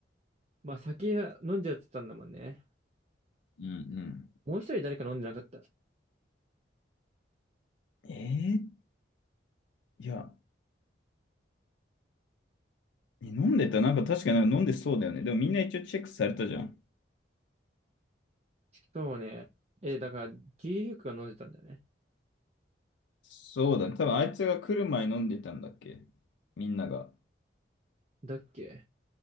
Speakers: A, on the right (about 35°); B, on the left (about 80°).
A: まあ、酒は飲んじゃってたんだもんね。
B: うんう
A: もう一人誰か飲んでなかった。
B: ん。えーいや、え飲んでた。なんか確かなんか飲んでそうだよね。でもみんな一応チェックされたじゃん。
A: そうね。え、だから、牛乳が飲んでたんだよね。
B: そうだね。多分あいつが来る前に飲んでたんだっけみんなが。
A: だっけ